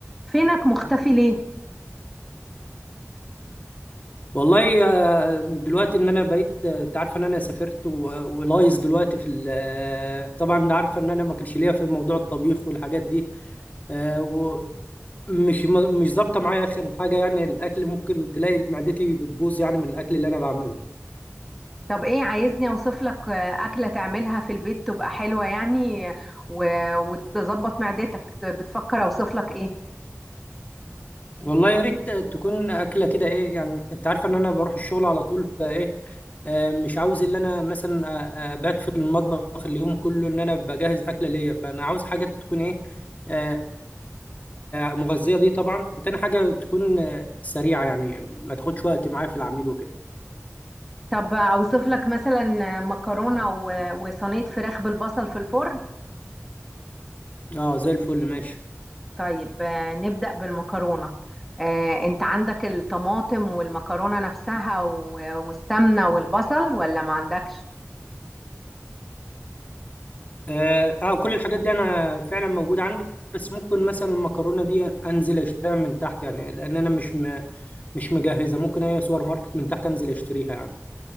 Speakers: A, in the centre; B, on the left (about 35°).
A: فينك مختفي ليه؟
B: والله آه، دلوقتي ان انا بقيت آه، انت عارفه ان انا سافرت و- ولايز دلوقتي في ال- آه، طبعا انت عارفه ان انا ما كانش ليا في موضوع الطبيخ والحاجات دي آه، ومش ما- مش ظابطه معايا اخر حاجه يعني الاكل ممكن تلاقي معدتي بتبوظ يعني من الاكل اللي انا بعمله
A: طب ايه عايزني اوصف لك آه، اكله تعملها في البيت تبقى حلوه يعني آه، و... وتظبط معدتك ت- بتفكر اوصف لك ايه؟
B: والله يا ريت آه، تكون اكله كده ايه يعني انت عارفه ان انا بروح الشغل على طول فايه آه، مش عاوز ان انا مثلا آه، آه، بات في المطبخ اليوم كله ان انا بجهز اكله ليا فانا عاوز حاجات تكون ايه آه، مغذيه دي طبعا وتاني حاجه تكون آه، سريعه يعني ما تاخدش وقت معايا في العميل وكده
A: طب اوصف لك مثلا آه، مكرونه و... وصينيه فراخ بالبصل في الفرن؟
B: اه زي الفل ماشي
A: طيب آه، نبدا بالمكرونه آه، انت عندك الطماطم والمكرونه نفسها و... والسمنه والبصل ولا ما عندكش؟
B: اه آه، كل الحاجات دي انا فعلا موجوده عندي بس ممكن مثلا المكرونه دي انزل اشتريها من تحت يعني لان انا مش م... مش مجهزه ممكن اي سوبر ماركت من تحت انزل اشتريها يعني